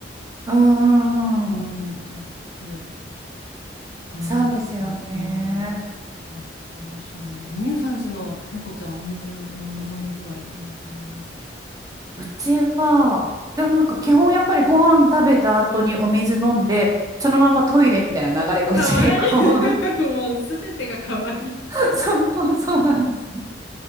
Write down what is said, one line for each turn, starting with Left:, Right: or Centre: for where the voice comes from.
Right: うんうんうん。
Left: うん、やって、うん、
Right: そうですよね。
Left: うん、うんやってますね。え、みゆさんちの猫ちゃん、お水の飲み飲み具合、どんな感じですか
Right: うちは、でもなんか基本やっぱりご飯食べた後にお水飲んで、そのままトイレみたいな流れが <laughs>
Left: かわいい。
Right: うち結構
Left: <laughs> もうすべてがかわいい。
Right: <laughs> そう、そうそうなんです。